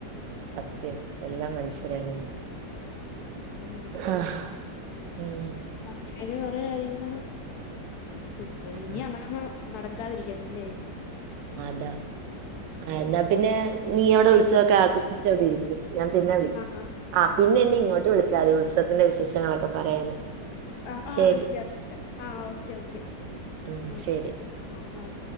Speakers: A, on the right; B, on the left.
A: സത്യം എല്ലാം മനുഷ്യരായിരുന്നു
B: ഉം
A: ആഹ് ഉം
B: അ അങ്ങനെ കൊറേ കാര്യങ്ങള് ഇപ്പഴ്
A: ആഹ്
B: ഇനി അങ്ങനൊന്നും നടക്കാതിരിക്കട്ടെല്ലേ
A: അതാ ആഹ് എന്നാ പിന്നെ നീ അവടെ ഉത്സവൊക്കെ ആഘോ ഷിച്ച് അവിടെ ഇരിക്ക് ഞാൻ പിന്നെ വിളിക്കാം
B: ആഹ്
A: ആഹ് പിന്നെ എന്നെ ഇങ്ങോട്ട് വിളി ച്ചാതി ഉത്സവത്തിന്റെ വിശേഷങ്ങളൊക്കെ പറയാന്
B: ആഹ് ആഹ്
A: ശരി
B: വിളിക്കാം വിളിക്കാം ആഹ് ഓക്കെ ഓക്കെ
A: ഉം
B: ആഹ്
A: ശരി
B: ആഹ്